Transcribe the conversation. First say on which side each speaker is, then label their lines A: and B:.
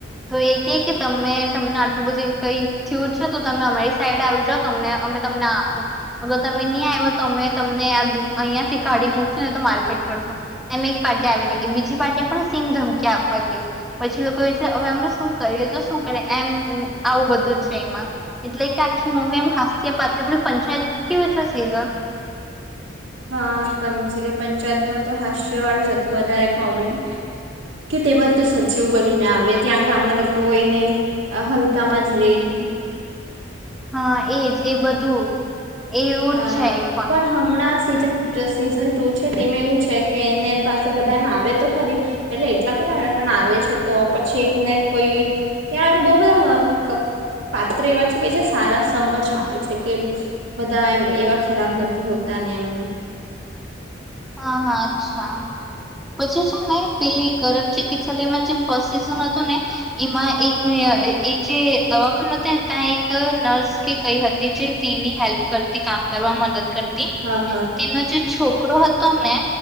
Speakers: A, in the centre; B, on the right.
A: તો એ કે કે તમે તમને બધી કઈ થયુર છે તો તમે અમારી સાઈડ આવી જાાવ તમને અમે તમને આપો હ તમે નહી તમે તમને આ અહિયાં થી કાઢી મુકશો ને તો મારપીટ કરશો એમ એક પ્ટી આવી ને કે બીજી પ્ટી પણ સેમ ધમકી આપવા કે પછી લોકો વિચાર હવે અમે શું કરીએ તો શું કરી એમ આવું બધું છે એમાં એટલે કે આખી મવી એમ હાસ્ય પાત્રલ પંચાયત કેવીું છે સિઝન
B: હા સમજી કે પંચાયતમાં તો હાસ્યવાળું જ હતું વધારે કોમેડી કે તે બા તો સચિવ બનીને આવે ત્યાં ગામના લોકો હોયને હલકામાં જ લઈ હમ
A: હા એજ એ બધું એવું
B: હા
A: જ છે એ
B: પણ હમણાં સ સીઝન ટુ છે તેમાં એવું છે કે એને પાસે બધા એમ આવે તો ખરી એટલે એટલા પણ પણ આવે છે તો પછી એક ને કોઈ ત્યાં બહ બધા મેઅપ પાત્ર એવા છે કે જે સારા સમજ આપે છે કે બધા એમ એવા ખરાબ નથી હોતા ને એમ
A: હા હા અચ્છા પછી છે ને પેલી ગરમ ચિકિત્સાાલયમાં જે ફર્સ્ટ સિઝન હતું ને એમાં એક હ એ જે દવાખનો હતાને ત્યાં એક નર્સ કે કઈ હતી જે તેની હેલ્પ કરતી કામ કરવા મદદ કર તી
B: હા હા
A: તેનો જે છોકરો હતો ને